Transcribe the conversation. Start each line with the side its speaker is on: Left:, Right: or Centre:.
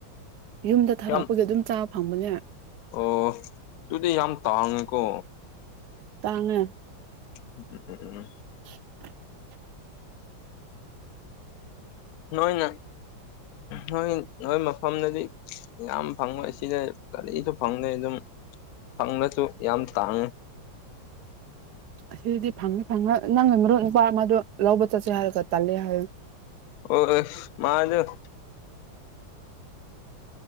Right: ꯌꯨꯝꯗ ꯊꯥꯔꯛꯄꯒꯤ
Left: ꯌꯥꯝ
Right: ꯑꯗꯨꯝ ꯆꯥꯕ ꯐꯪꯕꯅꯦ
Left: ꯑꯣ ꯑꯗꯨꯗꯤ ꯌꯥꯝ ꯇꯥꯡꯉꯦꯀꯣ
Right: ꯇꯥꯡꯉꯦ
Left: ꯎꯝ ꯎꯝ ꯎꯝ
Right: <unintelligible>
Left: ꯅꯣꯏꯅ ꯅꯣꯏ ꯅꯣꯏ ꯃꯐꯝꯗꯗꯤ ꯌꯥꯝ ꯐꯪꯉꯣꯏ ꯁꯤꯗ ꯀꯔꯤꯁꯨ ꯐꯪꯗꯦ ꯑꯗꯨꯝ ꯐꯪꯉꯁꯨ ꯌꯥꯝ ꯇꯥꯡꯉꯦ
Right: ꯁꯤꯗꯤ ꯐꯪꯅꯤ ꯐꯪꯉ ꯅꯪꯅ ꯃꯔꯨꯞ ꯅꯨꯄꯥ ꯑꯃꯗ ꯂꯧꯕ ꯆꯠꯁꯦ ꯍꯥꯏꯔꯒ ꯇꯜꯂꯦ ꯍꯥꯏ
Left: ꯑꯣ ꯃꯥꯗꯣ